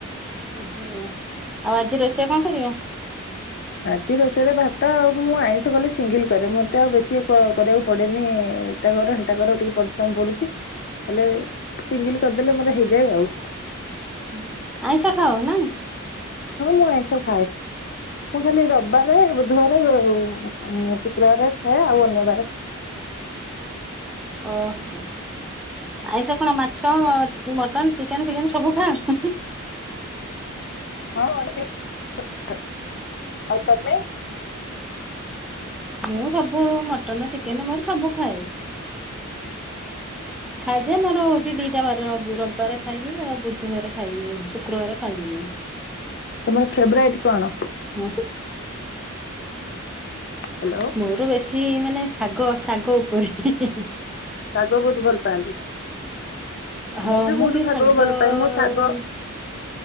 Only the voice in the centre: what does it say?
ଓହୋ ଆଉ ଆଜି ରୋଷେଇଆ କଣ କରିବ।
ହୁଁ ଆଇଁଷ ଖାଅ ନା?
ଓହୋ, ଆଇଁଷ କଣ ମାଛ ଅ ମଟନ, ଚିକେନ ଫିକେନ ସବୁ ଖାଆନ୍ତି?
ମୁଁ ସବୁ ମଟନ ଚିକେନ ମୋର ସବୁ ଖାଏ। ଖାଏ ଯେ ମୋର ହଉଛି ଦିଟା ବାର। ରବିବାର ଖାଇବି ଆଉ ବୁଧବାର ଖାଇବି, ଶୁକ୍ରବାର ଖାଇବିନି।
ହଁ ସୁ
ମୋର ବେଶୀ କି ମାନେ ଶାଗ ଶାଗ ଉପରେ ହିଁ ହିଁ
ହଁ
ଟିକେ
ଶାଗ
ମାନେ